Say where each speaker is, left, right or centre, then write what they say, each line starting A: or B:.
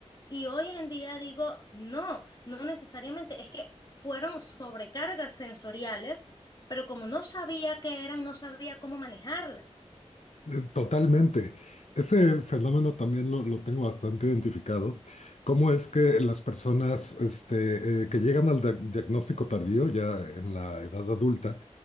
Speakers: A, on the left (about 35°); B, on the left (about 75°).
A: Y hoy en día digo, no, no necesariamente, es que fueron sobrecargas sensoriales, pero como no sabía qué eran, no sabía cómo manejarlas.
B: Eh, Totalmente. Ese fenómeno también lo, lo tengo bastante identificado. ¿Cómo es que las personas este, eh, que llegan al dia- diagnóstico tardío, ya en la edad adulta,